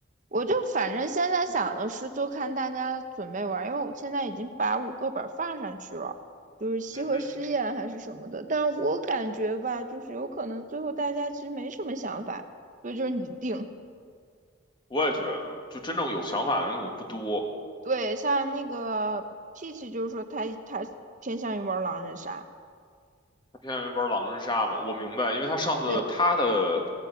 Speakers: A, on the right (about 35°); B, on the left (about 20°).
A: 我就反正现在想的是，就看大家准备玩，因为我现在已经把五个本放上去了，就是西河试验还是什么的。
B: 嗯哼，
A: 但我感觉吧，就是有可能最后大家其实没什么想法，所以就是你定。
B: 我也觉得，就真正有想法的人可能不多，
A: 对，像那个 Peach 就是说他他偏向于玩狼人杀，
B: 他偏向于玩狼人杀嘛。我明白，因为他上次他的，
A: 对，